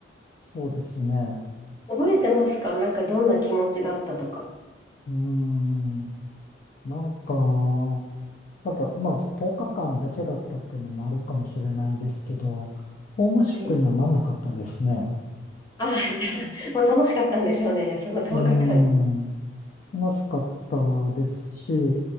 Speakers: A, on the left; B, on the left.
A: そうですね。
B: 覚えてますかなんかどんな気持ちだったとか。
A: うーん。なんか、ただ、まあ、10日間だけだったっていうのもあるかもしれないですけど、ホームシックにはなんなかったですね。
B: はい。ああ、じゃあ、もう楽しかったんでしょうね、その10日間。
A: うーん。楽しかったですし、